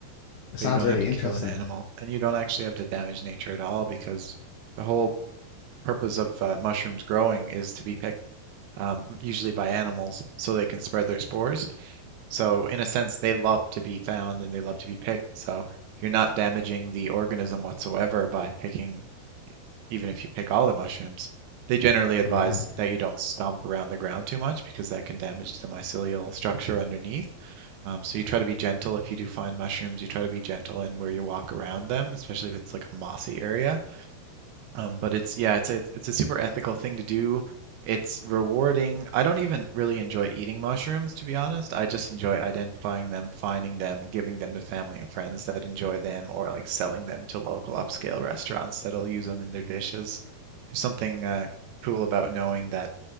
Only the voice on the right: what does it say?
But
you don't
have to
kill an animal, and you don't actually have to damage nature at all because the whole purpose of uh, mushrooms growing is to be picked um, usually by animals so they can spread their spores. So in a sense, they love to be found and they love to be picked. So you're not damaging the organism whatsoever by picking even if you pick all the mushrooms, they generally advise
that you don't stomp around the ground too much because that can damage the mycelial structure underneath. Um, so you try to be gentle if you do find mushrooms. You try to be gentle in where you walk around them, especially if it's like a mossy area. Um, but it's yeah, it's a, it's a super ethical thing to do. It's rewarding. I don't even really enjoy eating mushrooms, to be honest. I just enjoy identifying them, finding them, giving them to family and friends that enjoy them, or like selling them to local upscale restaurants that'll use them in their dishes. There's something uh, cool about knowing that